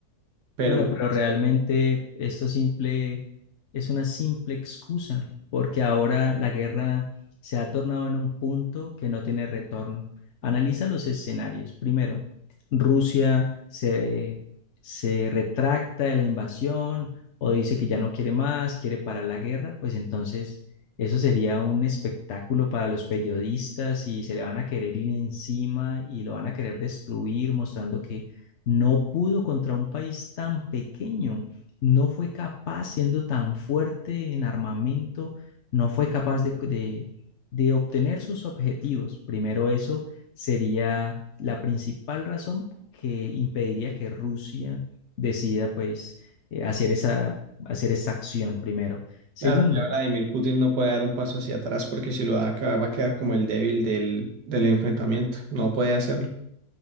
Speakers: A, on the right; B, on the left.
A: Pero,
B: Bueno,
A: pues,
B: pero realmente esto simple es una simple excusa, porque ahora la guerra se ha tornado en un punto que no tiene retorno. Analiza los escenarios. Primero, Rusia se, se retracta de la invasión o dice que ya no quiere más, quiere parar la guerra, pues entonces eso sería un espectáculo para los periodistas y se le van a querer ir encima y lo van a querer destruir mostrando que no pudo contra un país tan pequeño, no fue capaz, siendo tan fuerte en armamento, no fue capaz de, de, de obtener sus objetivos. Primero, eso sería la principal razón que impediría que Rusia decida, pues, eh, hacer esa, hacer esa acción primero. Segundo,
A: claro, ya Vladimir Putin no puede dar un paso hacia atrás porque si lo da, ca- va a quedar como el débil del, del enfrentamiento. No puede hacerlo.